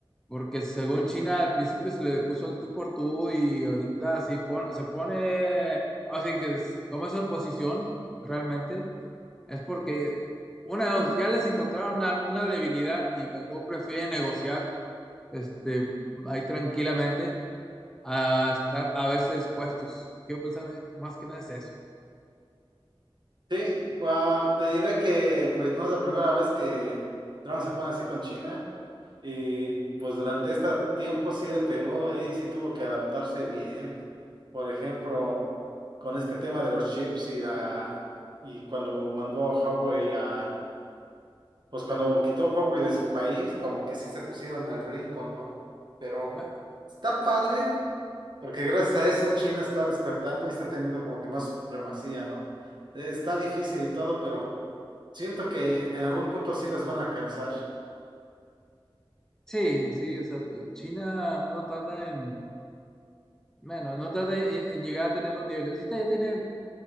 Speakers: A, in the centre; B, on the right.
A: Porque según China al principio se le puso al tú por tú y ahorita sí pon- se pone, así que es- toma esa posición realmente, es porque una de dos, ya les encontraron alguna debilidad y mejor prefieren negociar este, ahí tranquilamente a estar a verse expuestos. Quiero pensar eh, más que nada es eso.
B: Sí, ah, te diré que pues no es la primera vez que Trump se pone así con China. Y pues durante este tiempo sí le pegó, ¿eh? Y sí tuvo que adaptarse bien. Por ejemplo, con este tema de los chips y la y cuando mandó a Huawei a, pues cuando quitó a Huawei de su país, como que sí se pusieron al brinco, ¿no? Pero
A: Ma-
B: está padre, porque gracias a eso China está despertando y está teniendo como que más supremacía, ¿no? Eh, Está difícil y todo, pero siento que en algún punto sí los van a cansar.
A: Sí, sí, o sea, China no tarda en... Bueno, no tarde en, en llegar a tener los niveles. Si usted ya tiene